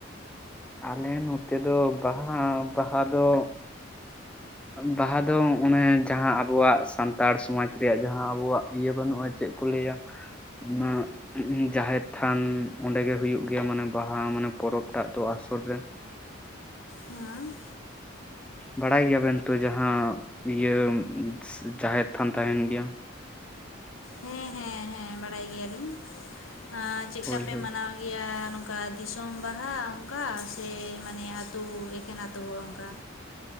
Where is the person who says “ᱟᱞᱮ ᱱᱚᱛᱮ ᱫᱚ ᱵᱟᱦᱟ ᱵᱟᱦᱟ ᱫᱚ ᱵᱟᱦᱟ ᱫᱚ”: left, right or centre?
Centre